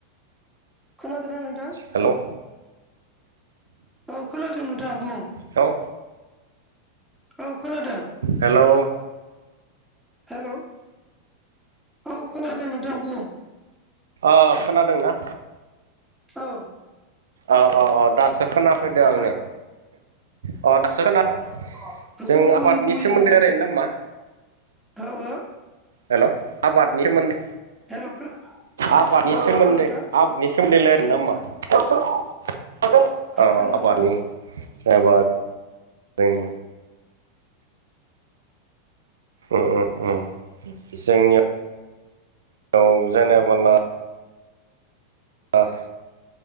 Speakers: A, in the centre; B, on the right.
A: खोनादों ना नोंथां?
B: हेलौ
A: औ खोनादों नोंथां बुं।
B: खौ
A: औ खोनादों।
B: हेलौ।
A: हेल' औ खोनादों नोंथां बुं।
B: अ खोनादोंना?
A: औ
B: औ औ औ दासो खोनाफैदों आं
A: खो
B: नै। अ दासो खोनाब
A: अ अ नोंथांनि
B: जों
A: हरनाय
B: आबादनि
A: गुबै
B: सोमोन्दै
A: जाहोना
B: रायज्लनो
A: मा?
B: नामा?
A: औ ओ
B: हेलौ आबादनि सोमोन्दै
A: हेलौ खोना
B: आबादनि
A: औ
B: सोमोन्दै
A: हागोन नोंथां
B: आबाद बेसिम देलाय आरो मा औ
A: हागोन
B: औ
A: नोंथां
B: आबादनि जेनबा जों ओम ओम जोंनियाव जेनेबोला बास